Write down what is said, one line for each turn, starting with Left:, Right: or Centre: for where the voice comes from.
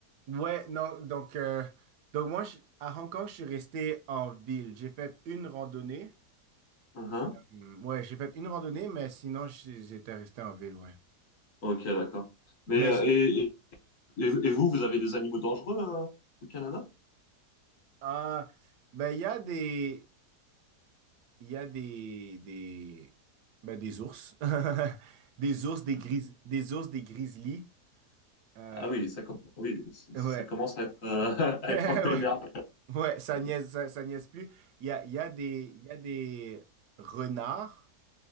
Right: Ouais, non, donc, euh, donc moi, je- à Hong Kong, je suis resté en ville. J'ai fait une randonnée.
Left: Mhm.
Right: Hum, Ouais, j'ai fait une randonnée, mais sinon, j'ai- j'étais resté en ville, ouais.
Left: Ok, d'accord. Mais
Right: Mais,
Left: euh,
Right: je-
Left: et, et, et vous, vous avez des animaux dangereux euh, au Canada?
Right: ah, ben, il y a des, il y a des, des, ben, des ours. <laughs> Des ours, des gris, des ours, des grizzlies. Euh,
Left: Ah oui, ça, com- oui, c-
Right: je-
Left: ça
Right: ouais,
Left: commence à être, euh, <laughs>
Right: <laughs>
Left: à
Right: ouais.
Left: être un peu énervé.
Right: Ouais, ça niaise, ça, ça niaise plus. Il y a, il y a des, il y a des renards.